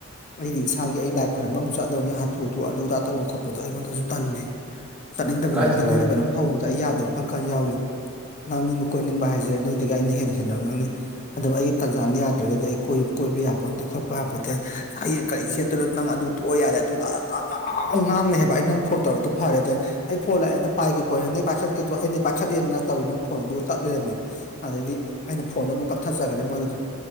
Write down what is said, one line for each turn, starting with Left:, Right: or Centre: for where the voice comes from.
Left: ꯑꯩꯗꯤ ꯏꯁꯥꯒꯤ ꯑꯩ ꯂꯥꯏ ꯈꯣꯏꯔꯝꯕ ꯑꯃꯨꯛ ꯆꯠꯂꯨꯔꯅꯤ ꯍꯥꯊꯨ ꯍꯥꯊꯨ ꯍꯥ ꯑꯗꯨ ꯑꯗꯥ ꯇꯧꯕ ꯈꯣꯠꯄꯗꯣ ꯑꯩꯉꯣꯟꯗꯁꯨ ꯇꯜꯂꯦ ꯆꯠꯅꯤꯡꯗꯕ
Centre: ꯀꯥꯏ
Left: ꯅꯠꯇꯦ
Centre: ꯆꯠꯄꯩ
Left: ꯅꯣꯏꯅ
Centre: ꯋꯥꯔꯤꯅꯣ
Left: ꯀꯩꯅꯣꯝ ꯍꯧꯕꯗ ꯑꯩ ꯌꯥꯗꯕ ꯀꯥꯟ ꯌꯥꯎꯏꯤ ꯂꯥꯡꯅꯤꯡꯕ ꯀꯣꯏꯅꯤꯡꯕ ꯍꯥꯏꯁꯦ ꯅꯣꯏꯗꯒꯤ ꯑꯩꯅ ꯍꯦꯟꯅ ꯍꯦꯟꯅ ꯉꯥꯡꯅꯅꯤ ꯑꯗꯨꯕꯨ ꯑꯩꯒꯤ ꯇꯥꯟꯖꯥꯅ ꯌꯥꯗ꯭ꯔꯒꯗꯤ ꯑꯩ ꯀꯣꯏ ꯀꯣꯏꯕ ꯌꯥꯄꯣꯟꯗꯦ ꯈꯣꯠꯄ ꯌꯥꯄꯣꯟꯠꯇꯦ ꯍꯌꯦꯡ ꯀꯔꯤ ꯁꯦꯠꯇꯅ ꯅꯪ ꯑꯗꯨ ꯇꯣꯛꯑ ꯌꯥꯔꯦ ꯑꯗꯨ ꯇꯥ ꯇꯥꯗꯥ ꯉꯥꯡꯉ ꯍꯥꯏꯕ ꯑꯩ ꯅꯪ ꯐꯣꯟ ꯇꯧꯔꯒꯗꯣ ꯐꯔꯦ ꯑꯗꯩ ꯑꯩ ꯐꯣꯟ ꯂꯥꯛꯑꯦ ꯑꯝꯇ ꯄꯥꯏꯒꯦ ꯀꯣꯏ ꯅꯪ ꯄꯥꯏꯈꯠꯀꯦꯗꯣ ꯑꯩꯩꯅ ꯄꯥꯏꯈꯠꯂꯦꯅ ꯇꯧꯔꯤ ꯅꯪ ꯐꯣꯟ ꯑꯗꯨ ꯆꯠ ꯂꯩꯔꯝꯃꯦ ꯑꯗꯩꯗꯤ ꯑꯩꯅ ꯐꯣꯟꯗꯣ ꯑꯗꯨꯝ ꯀꯛꯊꯠꯆꯈ꯭ꯔꯦ ꯃꯣꯏꯒꯤꯗꯣ